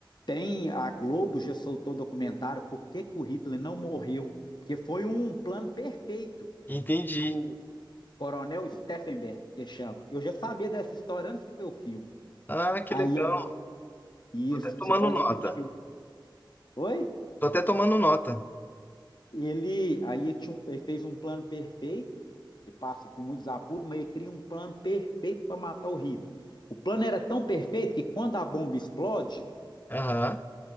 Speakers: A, on the left (about 55°); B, on the left (about 20°).
A: tem a Globo já soltou documentário por que que o Hitler não morreu, porque foi um plano perfeito
B: Entendi.
A: do Coronel Steffenberg, que chama. Eu já sabia dessa história antes de ver o filme.
B: Ah, que
A: Aí
B: legal.
A: é isso,
B: Tô até tomando
A: você pode
B: nota.
A: assistir. Oi?
B: Tô até tomando nota.
A: Ele aí tinha um- ele fez um plano perfeito e passa por muitos apuros, mas ele cria um plano perfeito para matar o Hitler. O plano era tão perfeito que quando a bomba explode
B: Aham.